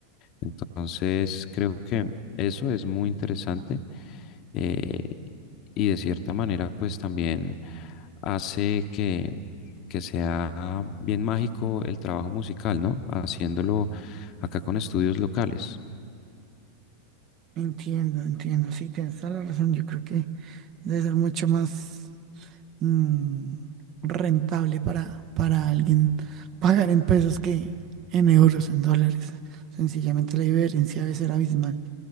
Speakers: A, on the left; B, on the right.
A: Entonces, creo que eso es muy interesante eh, y de cierta manera, pues también hace que, que sea bien mágico el trabajo musical, ¿no? Haciéndolo acá con estudios locales.
B: Entiendo, entiendo, sí, tienes toda la razón, yo creo que debe ser mucho más. mm, rentable para, para alguien pagar en pesos que en euros, en dólares. Sencillamente la diferencia debe ser abismal.